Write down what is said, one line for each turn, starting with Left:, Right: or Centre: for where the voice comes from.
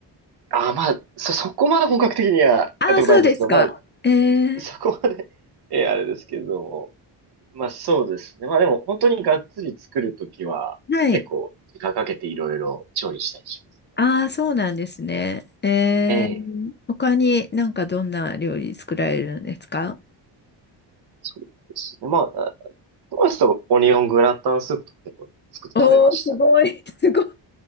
Right: ああ、まあ、そ、そこまで本格的にはやったことないんですけど、
Left: ああ、そうですか。
Right: まあ、
Left: え
Right: <laughs> そこまでえー、
Left: え
Right: あれですけども。まあそうですね。まあでも本当にがっつり作るときは結構時間かけていろいろ調理したりします。
Left: はい。ああ、そうなんですね。えー、
Right: ええ。
Left: 他になんかどんな料理作られるんですか
Right: そうですね。まあ、トマスとオニオングラタンスープとか結構作って食べましたね。
Left: おお、すごい、<laughs> すごい。